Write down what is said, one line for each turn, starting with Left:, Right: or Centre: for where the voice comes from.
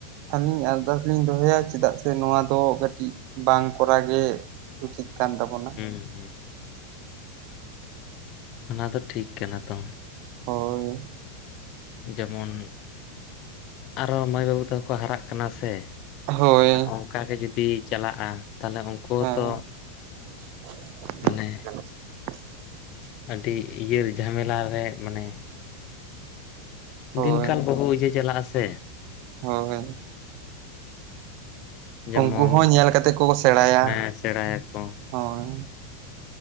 Right: ᱟᱹᱞᱤᱧ ᱟᱨᱫᱟᱥ ᱞᱤᱧ ᱫᱚᱦᱚᱭᱟ, ᱪᱮᱫᱟᱜ ᱥᱮ ᱱᱚᱣᱟ ᱫᱚ ᱠᱟᱹᱴᱤᱡ ᱵᱟᱝ ᱠᱚᱨᱟᱣ ᱜᱮ ᱩᱪᱤᱛ ᱠᱟᱱ ᱛᱟᱵᱚᱱᱟ᱾
Left: ᱦᱩᱸ ᱦᱩᱸ᱾ ᱚᱱᱟ ᱫᱚ ᱴᱷᱤᱠ ᱠᱟᱱᱟ ᱛᱚ᱾
Right: ᱦᱳᱭ᱾
Left: ᱡᱮᱢᱚᱱ ᱟᱨᱚ ᱢᱟᱹᱭ ᱵᱟᱹᱵᱩ ᱛᱟᱠᱚ ᱠᱚ ᱦᱟᱨᱟᱜ ᱠᱟᱱᱟ ᱥᱮ᱾
Right: ᱦᱳᱭ
Left: ᱚᱱᱠᱟ ᱜᱮ ᱡᱩᱫᱤ ᱪᱟᱞᱟᱜᱼᱟ, ᱛᱟᱦᱞᱮ ᱩᱝᱠᱩ ᱦᱚᱸ
Right: ᱦᱮᱸ
Left: ᱛᱚ
Right: <inaudible>
Left: ᱢᱟᱱᱮ
Right: <inaudible>
Left: ᱟᱹᱰᱤ ᱤᱭᱟᱹ ᱡᱷᱟᱢᱮᱞᱟ ᱨᱮ ᱢᱟᱱᱮ
Right: ᱦᱳᱭ
Left: ᱫᱤᱱᱠᱟᱞ ᱵᱦᱩ ᱤᱭᱟᱹ ᱪᱟᱞᱟᱜ-ᱟ ᱥᱮ
Right: ᱦᱚ ᱦᱳᱭ
Left: ᱡᱮᱢᱚᱱ
Right: ᱩᱱᱠᱩ ᱦᱚᱸ ᱧᱮᱞ ᱠᱟᱛᱮᱫ ᱠᱚ ᱥᱮᱬᱟᱭᱟ
Left: ᱦᱮᱸ ᱥᱮᱬᱟᱭᱟᱠᱚ
Right: ᱦᱳᱭ